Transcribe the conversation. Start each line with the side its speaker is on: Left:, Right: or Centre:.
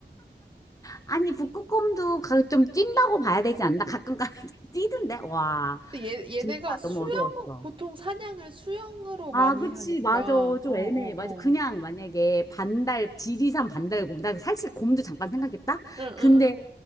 Left: 아니, 북극곰도 가- 좀 찐다고 봐야 되지 않나? 가끔 가다 <laughs> 찌던데? 와,
Right: 근데 얘,
Left: 진짜
Right: 얘네가 수영,
Left: 너무 어려웠어.
Right: 보통 사냥을 수영으로
Left: 아,
Right: 많이
Left: 그치,
Right: 하니까,
Left: 맞아.
Right: 어,
Left: 좀
Right: 어,
Left: 애매해. 맞아.
Right: 어.
Left: 그냥 만약에 반달, 지리산 반달곰. 나 사실 곰도 잠깐 생각했다?
Right: 응,
Left: 근데
Right: 응, 응.